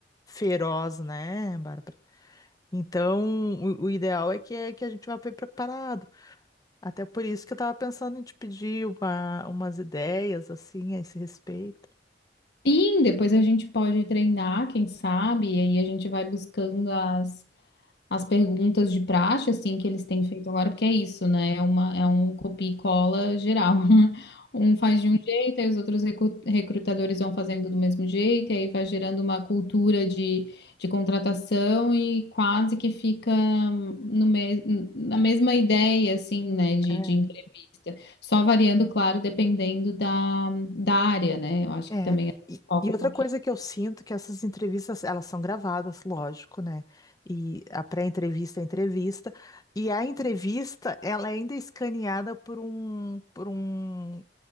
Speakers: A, on the left (about 20°); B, on the left (about 65°).
A: feroz, né, Bárbara? Então, o, o ideal é que, é que a gente vá bem preparado. Até por isso que eu estava pensando em te pedir uma, umas ideias, assim, a esse respeito.
B: Sim, depois a gente pode treinar, quem sabe, e aí a gente vai buscando as, as perguntas de praxe, assim, que eles têm feito agora, porque é isso, né? É uma, é um copia e cola geral. <laughs> Um faz de um jeito, aí os outros recu- recrutadores vão fazendo do mesmo jeito, e aí vai gerando uma cultura de, de contratação e quase que fica no me na mesma ideia, assim, né, de,
A: É.
B: de entrevista. Só variando, claro, dependendo da, da área, né? Eu acho
A: É,
B: que também
A: e,
B: foca
A: e outra
B: um pouquinho.
A: coisa que eu sinto que essas entrevistas, elas são gravadas, lógico, né? E a pré-entrevista é entrevista, e a entrevista, ela é ainda escaneada por um, por um,